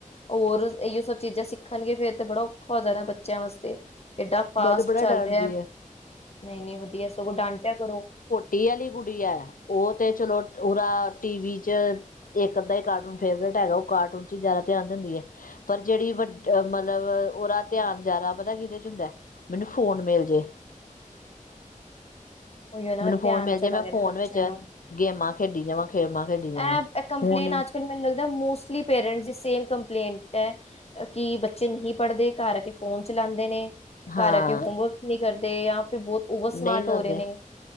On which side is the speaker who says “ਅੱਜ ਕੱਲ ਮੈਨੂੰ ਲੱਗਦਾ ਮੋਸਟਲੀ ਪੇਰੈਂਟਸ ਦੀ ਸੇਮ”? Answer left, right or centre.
Left